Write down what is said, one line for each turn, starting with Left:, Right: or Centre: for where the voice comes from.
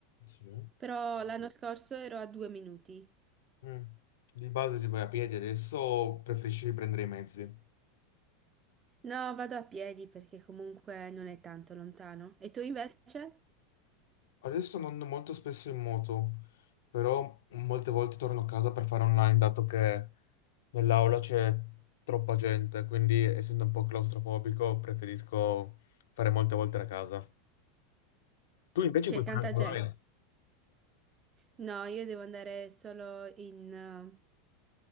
Left: Sì.
Right: però l'anno scorso ero a due minuti.
Left: Mm. Di base si vai a piedi, adesso preferisci prendere i mezzi.
Right: No, vado a piedi perché comunque non è tanto lontano. E tu invece?
Left: Adesso non ando molto spesso in moto, però molte volte torno a casa per fare online, dato che nell'aula c'è troppa gente, quindi essendo un po' claustrofobico preferisco fare molte volte a casa. Tu invece
Right: C'è
Left: puoi
Right: tanta
Left: fare anche
Right: gente.
Left: online.
Right: No, io devo andare solo in eh,